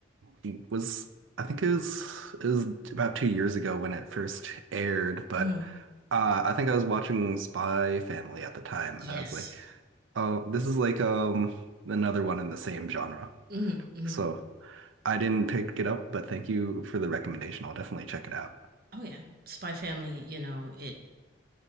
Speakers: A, on the right; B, on the right.
A: it was I think it was it was about two years ago when it first aired, but
B: Mhm.
A: uh, I think I was watching Spy Family at the time,
B: Yes.
A: and I was like, oh, this is like um another one in the same genre.
B: Mhm. Mhm.
A: So I didn't pick it up, but thank you for the recommendation. I'll definitely check it out.
B: Oh yeah. Spy Family, you know, it